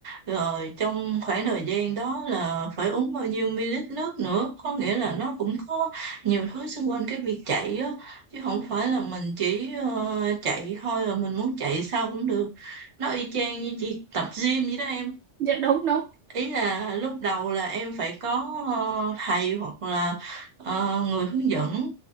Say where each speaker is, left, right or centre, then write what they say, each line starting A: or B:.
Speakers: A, on the right (about 30°); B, on the right (about 70°).
A: rồi trong khoảng thời gian đó là phải uống bao nhiêu ml nước nữa, có nghĩa là nó cũng có nhiều thứ xung quanh cái việc chạy á, chứ không phải là mình chỉ ờ, chạy thôi là mình muốn chạy sao cũng được. Nó y chang như chị tập gym vậy đó em
B: dạ đúng đúng
A: ý là lúc đầu là em phải có ờ, thầy hoặc là ờ, người hướng dẫn